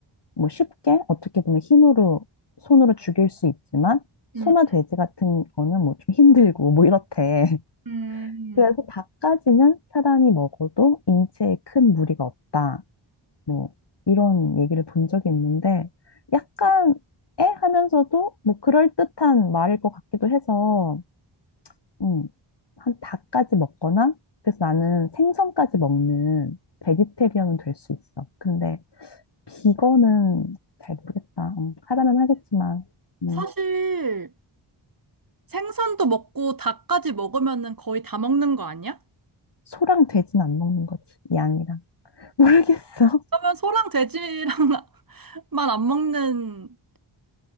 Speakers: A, on the left (about 55°); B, on the right (about 45°).
A: 뭐 쉽게 어떻게 보면 힘으로 손으로 죽일 수 있지만 소나
B: 음.
A: 돼지 같은 거는 뭐 좀 힘들고 뭐 이렇대. <laughs>
B: 음.
A: 그래서 닭까지는 사람이 먹어도 인체에 큰 무리가 없다. 뭐 이런 얘기를 본 적이 있는데 약간 애 하면서도 뭐 그럴듯한 말일 것 같기도 해서 음, 한 닭까지 먹거나 그래서 나는 생선까지 먹는 베지테리언은 될 수 있어. 근데 비건은 잘 모르겠다. 음, 하라면 하겠지만 음,
B: 사실 생선도 먹고 닭까지 먹으면은 거의 다 먹는 거 아니야?
A: 소랑 돼지는 안 먹는 거지. 양이랑. <laughs> 모르겠어.
B: 그러면 소랑 돼지랑만 <laughs> 안 먹는